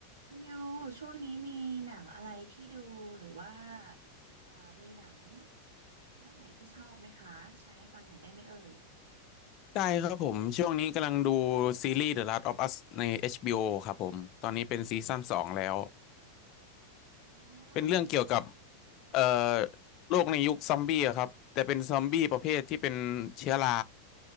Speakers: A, on the right; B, on the left.
A: คุณยูช่วงนี้มีหนังอะไรที่ดูหรือว่าเอ่อมีหนังเรื่องไหนที่ชอบไหมคะแชร์ให้ฟังหน่อยได้ไหมเอ่ย
B: ได้ครับผมช่วงนี้กำลังดูซีรีส์ The Last of Us ใน HBO ครับผมตอนนี้เป็นซีซั่นสองแล้ว
A: อ๋อ
B: เป็นเรื่องเกี่ยวกับ
A: เหมือนเคยค่ะ
B: เอ่อโลกในยุคซอมบี้อะครับแต่เป็นซอมบี้ประเภทที่เป็นเชื้อรา